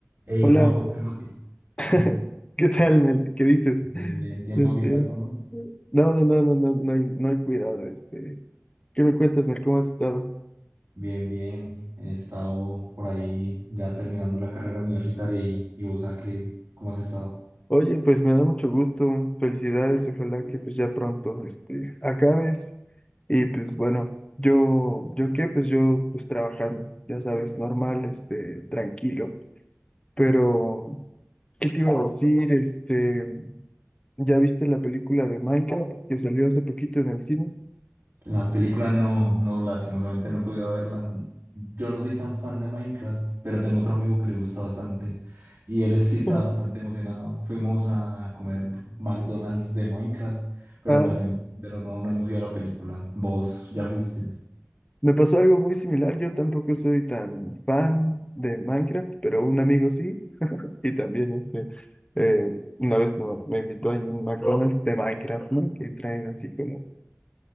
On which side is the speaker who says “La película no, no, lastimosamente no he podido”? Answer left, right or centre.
Right